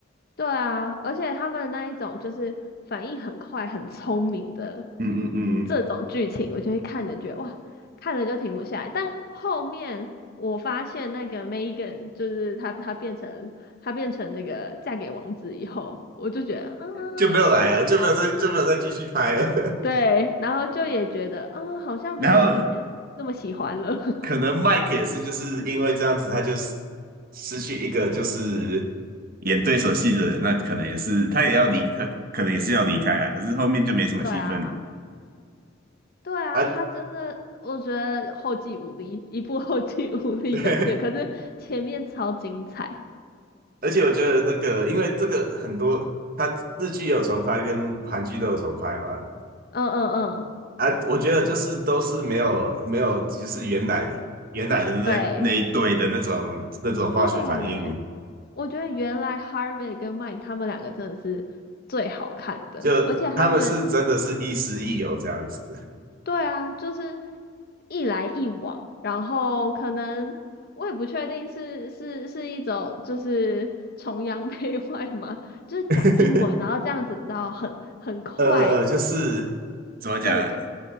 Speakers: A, on the left; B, on the right.
A: 对啊，而且他们那一种就是反应很快、很聪明的
B: 嗯嗯嗯。
A: 这种剧情，我就会看着觉得哇，看了就停不下来。但后面我发现那个 Megan 就是她，她变成她变成那个嫁给王子以后，我就觉得嗯，
B: 就没有来了，
A: 好像
B: 就没有再就没有再继续拍了。
A: 对，然后就也觉得啊嗯，好像没有以前那么喜欢了。
B: <laughs> 然后
A: <laughs>
B: 可能 Mike 也是就是因为这样子，他就是失去一个就是演对手戏的人，那可能也是他也要离，开，可能也是要离开啊。可是后面就没什么戏份
A: 对啊。对啊，
B: 啊。
A: 他真的，我觉得后继无力，一部后继无力的片，
B: 对，
A: 可是前面超精彩。
B: <laughs> 而且我觉得那个，因为这个很多，他日剧有重拍跟韩剧都有重拍嘛，
A: 嗯嗯嗯，
B: 啊，我觉得就是都是没有没有，就是原来原来的那那一对的那种那种化学反应，
A: 对对，我觉得原来 Harvey 跟 Mike 他们两个真的是最好看的，
B: 就他们是真的是亦师亦友这样子。
A: 而且他们，对啊，就是一来一往，然后可能我也不确定是是是一种就是崇洋 <laughs> 媚外吗？就是讲英文，
B: <laughs>
A: 然后这样子，你知道很很快。
B: 呃呃呃，就是怎么讲啊，
A: 对，就